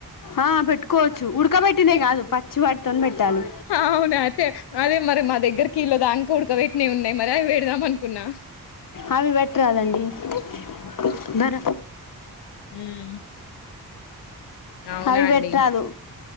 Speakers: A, on the left; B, on the left.
A: ఆ పెట్టుకోవచ్చు ఉడకబెట్టినే
B: చెట్
A: కాదు పచ్చి వాటితోని పెట్టాలి
B: అవునా? అయితే అదే మరి మా దగ్గరకిీళ్ళదా అంక ఉడకబట్టినేవి ఉన్నాయి మరి అవి పెడదాం అనుకున్నా
A: అవి పెట్టరాదండీ రాదండి బర
B: హ్మ్మ్ అవునా
A: అవి
B: అండి
A: పెట్టరాదు